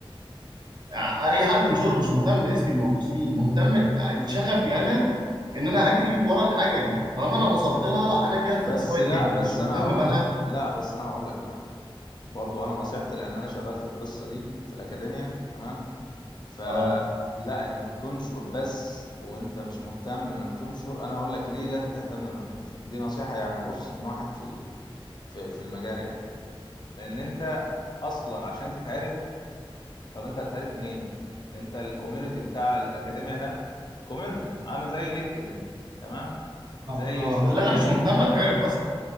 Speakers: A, on the right; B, on the left.
A: آه، اي حد ينشره مش مهتم اسمي يبقى موجود فيه مهتم آه، شغفي انا ان انا اجري ورا الحاجه دي طالما انا وصلت لها انا كده
B: بس
A: ساتسفايد
B: لا
A: جدا
B: بس
A: مش مهتم
B: انا هقول
A: بقى
B: لك لا بس انا هقول لك بقى برضو انا نصيحتي لان انا شغال في القصه دي في الاكاديميه تمام فلا
A: اه
B: انك تنشر بس وانت مش مهتم انك تنشر انا هقول لك ليه لازم تهتم انك تنشر دي نصيحه يعني بص من واحد في ال- في في المجال يعني لان انت اصلا عشان تتعرف طب انت هتتعرف منين انت الكوميونتي بتاع الاكاديميه ده كوميونتي عامل زي لينكدين تمام
A: اه
B: زي
A: آه،
B: السوشيال
A: لا أنا
B: ميديا
A: مش مهتم اتعرف اصلا